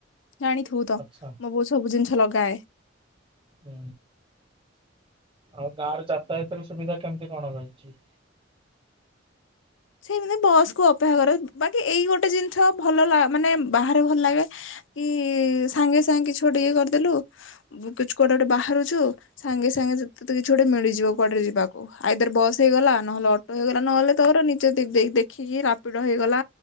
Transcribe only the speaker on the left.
ଜାଣିଥିବୁ ତ
ମୋବୋଉ ସବୁ ଜିନିଷ ଲଗାଏ।
ସେଇ ମାନେ ବସ୍ କୁ ଅପେକ୍ଷା କର ବାକି ଏଇ ଗୋଟେ ଜିନିଷ ଭଲ ମାନେ ବାହାରେ ଭଲ ଲାଗେ କି ସାଙ୍ଗେ ସାଙ୍ଗେ କିଛି ଗୋଟେ ଟିକେ କରିଦେଲୁ କିଛି କୁଆଡେ ଗୋଟେ ବାହାରୁଛୁ ସାଙ୍ଗେ ସାଙ୍ଗେ ତତେ କିଛି ଗୋଟେ ମିଳିଯିବ କୁଆଡେ ଯିବ ଯିବାକୁ ଆଇଦର ବସ ହେଇଗଲା ନହେଲେ ଅଟୋ ହେଇଗଲା ନହେଲେ ତୋର ଯଦିଦେ ଦେ ଦେଖିକି ରାପିଡ ହେଇଗଲା